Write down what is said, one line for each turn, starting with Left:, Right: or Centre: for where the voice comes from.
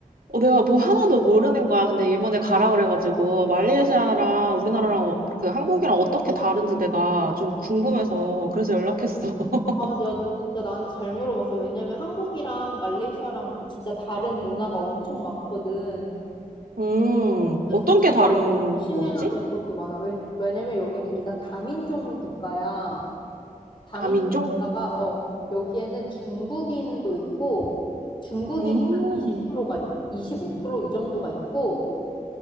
Right: 어, 내가 뭐 하나도 모르는 거야. 근데 이번에 가라 그래가지고, 말레이시아랑 우리나라랑 어, 그 한국이랑 어떻게 다른지 내가 좀 궁금해서 그래서 연락했어. <laughs>
Left: 아, 야, 너 진짜 나한테 잘 물어봤어. 왜냐면 한국이랑 말레이시아랑 진짜 다른 문화가 엄청 많거든.
Right: 음,
Left: 진짜
Right: 어떤
Left: 조심,
Right: 게 다른
Left: 조심해야
Right: 거지?
Left: 될 것도 많아. 왜, 왜냐면 여기는 일단 다민족 국가야. 다민족
Right: 다민족?
Left: 국가가, 어, 여기에는 중국인도 있고, 중국인이
Right: 음.
Left: 한프로가 25%이 정도가 있고,